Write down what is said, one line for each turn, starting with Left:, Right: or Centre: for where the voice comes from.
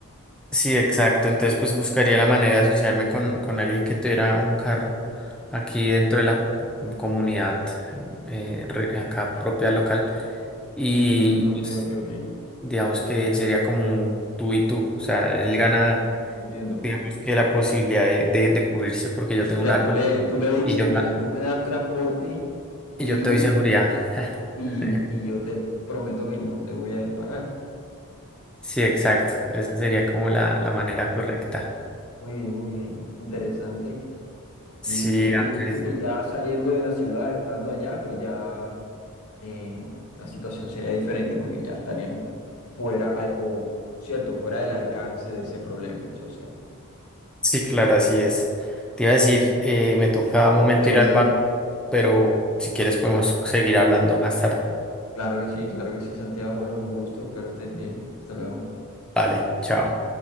Centre: sí, exacto. Entonces, pues buscaría la manera de asociarme con, con alguien que tuviera un carro aquí dentro de la p- comunidad, eh, re- acá propia local. Y,
Left: Mm,
Centre: y, pues,
Left: ok, ok, ok.
Centre: digamos que sería como un tú y tú. O sea, él gana,
Left: Entiendo.
Centre: digamos que la posibilidad de, de, de cubrirse porque yo tengo
Left: O sea,
Centre: un arma
Left: tú le, tú le dices,
Centre: y yo,
Left: mira,
Centre: ga-
Left: tú me das transporte
Centre: y
Left: y,
Centre: yo te doy seguridad.
Left: y,
Centre: <laughs>
Left: y yo te prometo que no te voy a disparar.
Centre: Sí, exacto. Esa sería como la, la manera correcta.
Left: Muy bien, muy bien. Interesante.
Centre: Sí,
Left: Listo, y tú
Centre: Andrés.
Left: dices que ya saliendo de la ciudad, estando allá, pues ya eh, la situación sería diferente porque ya estarían fuera, a- o cierto, fuera del alcance de ese problema social.
Centre: Sí, claro, así es. Te iba a decir, eh, me toca un momento
Left: Interesante.
Centre: ir al banco, pero si quieres podemos seguir hablando más tarde.
Left: Claro que sí, claro que sí, Santiago. Bueno, un gusto, espero estés bien. Hasta luego.
Centre: Vale, chao.